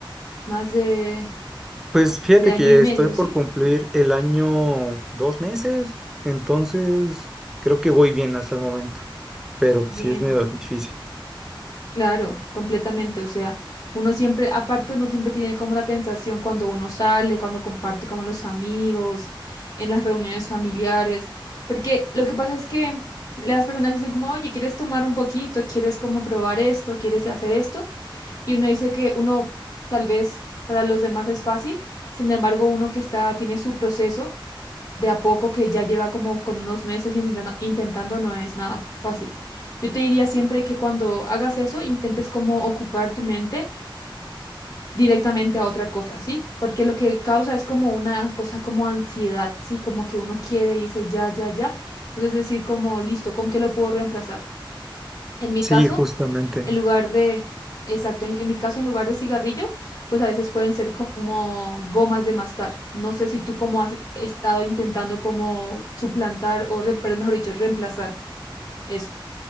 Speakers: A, on the left; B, in the centre.
A: más de,
B: Pues fíjate
A: de año
B: que
A: y medio,
B: estoy por
A: ¿sí?
B: cumplir el año dos meses, entonces creo que voy bien hasta el momento, pero pues
A: Bien.
B: sí es medio difícil.
A: Claro, completamente. O sea, uno siempre, aparte uno siempre tiene como la tentación cuando uno sale, cuando comparte con los amigos, en las reuniones familiares, porque lo que pasa es que las personas dicen como, oye, ¿quieres tomar un poquito? ¿Quieres como probar esto? ¿Quieres hacer esto? Y uno dice que uno tal vez para los demás es fácil, sin embargo, uno que está, tiene su proceso de a poco que ya lleva como con unos meses intentando, intentando no es nada fácil. Yo te diría siempre que cuando hagas eso, intentes como ocupar tu mente directamente a otra cosa, ¿sí? Porque lo que causa es como una cosa como ansiedad, ¿sí? Como que uno quiere y dice ya, ya, ya. Entonces decir como, listo, ¿con qué lo puedo reemplazar? En mi
B: Sí,
A: caso...
B: justamente.
A: En lugar de, exacto, en, en mi caso, en lugar de cigarrillo, pues a veces pueden ser como gomas de mascar. No sé si tú como has estado intentando como suplantar o, re- pero mejor dicho, reemplazar eso.